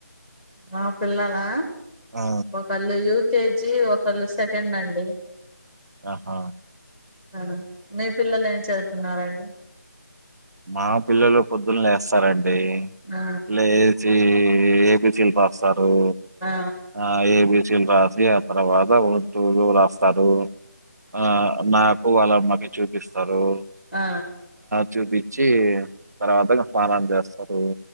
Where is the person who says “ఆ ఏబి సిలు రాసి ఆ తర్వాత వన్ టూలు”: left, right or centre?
Right